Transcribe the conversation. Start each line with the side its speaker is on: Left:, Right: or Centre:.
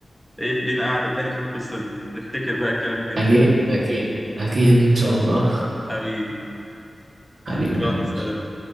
Centre: ايه لينا قاعدة تاني في القصة دي نفتكر بقى الكلام الجميل
Right: أكيد
Centre: ده
Right: أكيد أكيد إن شاء الله <laughs>
Centre: حبيبي
Right: حبيبي
Centre: يلا
Right: حبيبي
Centre: سلام